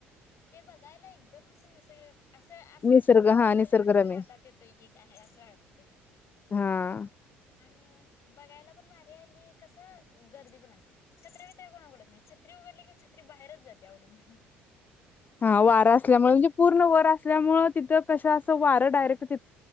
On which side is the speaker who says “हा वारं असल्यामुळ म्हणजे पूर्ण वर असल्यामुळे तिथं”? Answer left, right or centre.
Left